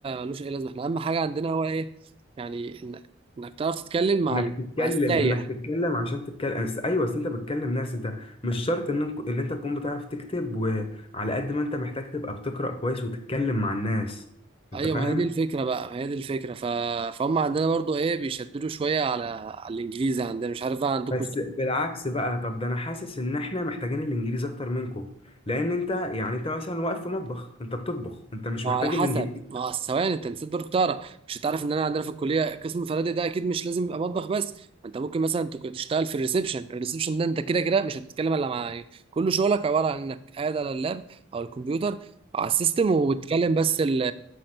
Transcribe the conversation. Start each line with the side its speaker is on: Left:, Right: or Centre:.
Right: ملوش اي لازمه احنا اهم حاجه عندنا هو ايه يعني إن- انك تعرف تتكلم مع
Left: انك
Right: ال-
Left: تتكلم
Right: مع السايح
Left: انك تتكلم عشان تتكلم أس- ايوه أصل انت بتكلم ناس انت مش شرط ان انك- ان انت تكون بتعرف تكتب وعلى قد ما انت محتاج تبقى بتقرأ كويس وتتكلم مع الناس انت
Right: ايوه
Left: فاهم
Right: ما هي دي الفكره بقى ما هي دي الفكره ف... فهم عندنا برضو ايه بيشددوا شويه على على الانجليزي عندنا مش عارف بقى عندكم
Left: بس بالعكس بقى طب ده انا حاسس ان احنا محتاجين الانجليزي اكتر منكم لان انت يعني انت مثلا واقف في مطبخ انت بتطبخ انت مش
Right: ما
Left: محتاج
Right: هو على حسب
Left: الانجليزي
Right: ما هو ثواني انت نسيت برضه تعرف مش هتعرف ان انا عندنا في الكليه قسم الفنادق ده اكيد مش لازم يبقى مطبخ بس ما انت ممكن مثلا تك- تشتغل في الريسبشن الريسبشن ده انت كده كده مش هتتكلم الا مع يعني كل شغلك عباره عن انك قاعد على اللاب او الكمبيوتر او على السيستم وبتكلم بس ال-